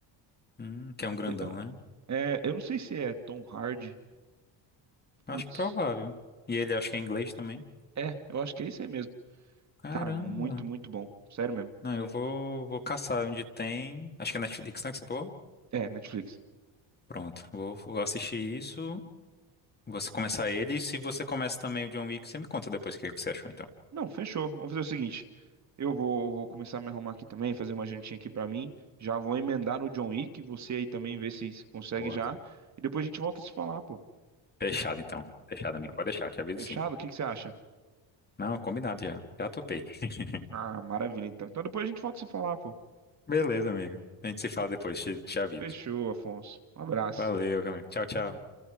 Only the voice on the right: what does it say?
Eu-
É, eu não sei se é Tom Hardy.
Putz,
é, eu acho que é isso aí mesmo.
Cara, muito, muito bom. Sério mesmo.
É, Netflix.
Não, fechou. Vamos fazer o seguinte. Eu vou, vou começar a me arrumar aqui também, fazer uma jantinha aqui pra mim. Já vou emendar no John Wick, você aí também vê se, se consegue
já. E depois a gente volta a se falar, pô.
Fechado?
O que que você acha?
Ah, maravilha então. Então depois a gente volta a se falar, pô.
Fechou, Afonso. Um abraço.